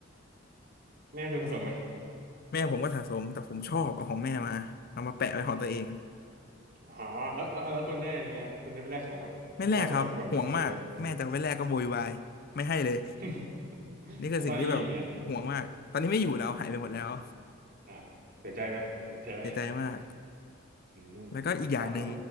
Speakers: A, on the right; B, on the left.
A: แม่คุณสะสมไหม
B: แม่ผมก็สะสมแต่ผมชอบเอาของแม่มาเอามาแปะไว้ของตัวเอง
A: อ๋อแล้วแล้วแล้วคุณได้อันนี่ไหมคุณได้ไปแลกของวะหรือว่าสะสมแบบสะสมเลย
B: ไม่แลกครับห่วงมากแม่จะเอาไว้แลกก็โวยวายไม่ให้เลย
A: <laughs>
B: นี่คือสิ่งที่แบบห่วงมากตอนนี้ไม่อยู่แล้วหายไปหมดแล้ว
A: แล้วตอนนี้ยังอยู่ไหมเนี่ยอ่าวเสียใจไหมเสียใจไหม
B: เสียใจมาก
A: อืม
B: แล้วก็อีกอย่างหนึ่ง
A: อ่าคุณ